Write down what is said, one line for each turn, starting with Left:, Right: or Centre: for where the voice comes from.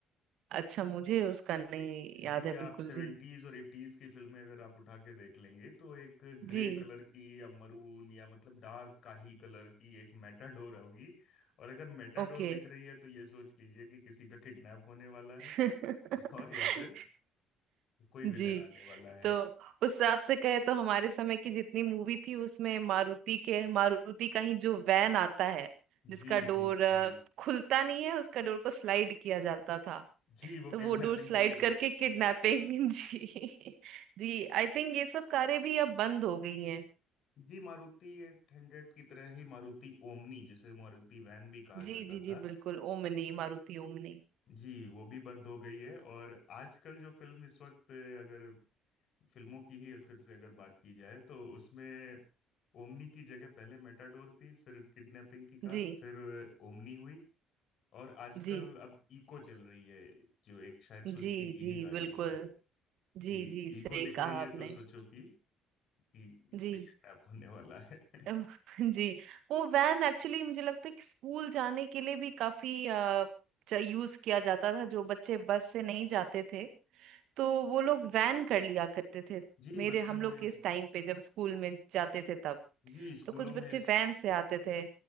Right: अच्छा मुझे उसका नहीं याद
Left: जी
Right: है
Left: आप
Right: बिल्कुल
Left: सेवेंटीज
Right: भी
Left: और एटीज की फिल्में अगर आप उठा के देख लेंगे तो एक ग्रे
Right: जी
Left: कलर की या मरून या मतलब डार्क काही कलर की एक मेटाडोर होगी और अगर मेटाडोर
Right: ओके
Left: दिख रही है तो ये सोच लीजिए कि किसी का किडनैप होने वाला
Right: <laughs>
Left: है और या फिर कोई
Right: जी
Left: विलेन आने वाला है
Right: तो उस हिसाब से कहे तो हमारे समय की जितनी मूवी थी उसमें मारुति के मारुति का ही जो वैन आता है जिसका
Left: जी
Right: डोर
Left: जी जी
Right: खुलता नहीं है उसका डोर को स्लाइड किया जाता था
Left: जी वो
Right: तो
Left: किडनैपिंग
Right: वो डोर स्लाइड
Left: के लिए
Right: करके किडनैपिंग
Left: <laughs>
Right: <laughs> जी जी आई थिंक ये सब कारें भी अब बंद हो गई हैं
Left: जी मारुति एट हंड्रेड की तरह ही मारुति ओमनी जिसे मारुति वैन भी कहा
Right: जी
Left: जाता
Right: जी
Left: था
Right: जी बिल्कुल Omni Maruti Omni
Left: जी वो भी बंद हो गई है और आजकल जो फिल्म इस वक्त अगर फिल्मों की ही फिर से अगर बात की जाए तो उसमें ओमनी की जगह पहले मेटाडोर थी फिर किडनैपिंग की कार
Right: जी
Left: फिर ओमनी हुई और आजकल
Right: जी
Left: अब इको चल रही है जो एक शायद
Right: जी
Left: सुजुकी की
Right: जी
Left: ही गाड़ी
Right: बिल्कुल
Left: है कि
Right: जी जी
Left: इको
Right: सही
Left: दिख रही
Right: कहा
Left: है
Right: आपने
Left: तो सोचो कि, कि
Right: जी
Left: कोई किडनैप होने वाला है <laughs>
Right: अम, <laughs> जी वो वैन एक्चुअली मुझे लगता है कि स्कूल जाने के लिए भी काफी यूज किया जाता था जो बच्चे बस से नहीं जाते थे तो वो लोग वैन कर लिया करते थे
Left: जी
Right: मेरे
Left: बचपन
Right: हम लोग
Left: में
Right: के इस टाइम पे जब स्कूल में जाते थे तब
Left: जी स्कूलों
Right: तो कुछ
Left: में
Right: बच्चे
Left: इस
Right: वैन से आते थे